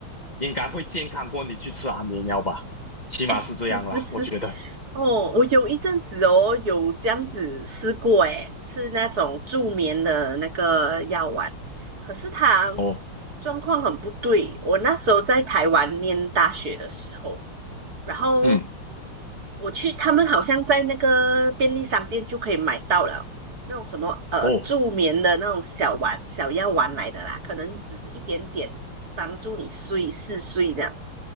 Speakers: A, on the left; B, on the right.
A: 应该会健康过你去吃安眠药吧，起码是这样啦，
B: 哎，是是是，
A: 我觉得。
B: 哦，我有一阵子哦有这样子试过，哎，吃那种助眠的那个药丸，可是它
A: 哦，
B: 状况很不对。我那时候在台湾念大学的时候，然后
A: 嗯，
B: 我去，他们好像在那个便利商店就可以买到了那种什么呃助眠的那种小丸、
A: 哦
B: 小药丸来的啦，可能只是一点点帮助你睡嗜睡这样。